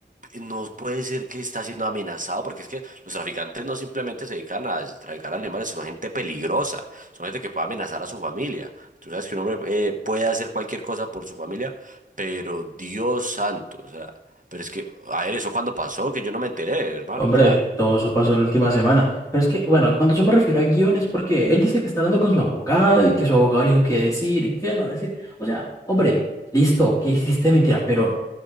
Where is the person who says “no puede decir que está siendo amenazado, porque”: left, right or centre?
Right